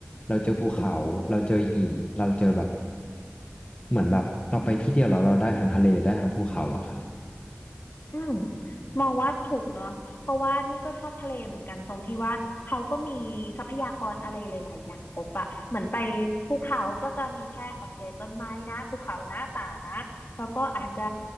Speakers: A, on the left; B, on the left.
A: เราเจอภูเขาเราเจอหินเราเจอแบบเหมือนแบบเราไปที่เดียวแล้วเราได้ทั้งทะเลได้ทั้งภูเขาอะครับ
B: อืมมองว่าถูกเนาะเพราะว่านี่ก็ชอบทะเลเหมือนกันตรงที่ว่าเขาก็มีทรัพยากรอะไรหลายๆอย่างครบอะเหมือนไปภูเขาก็จะมีแค่โอเคต้นไม้นะภูเขานะป่านะแล้วก็อาจจะ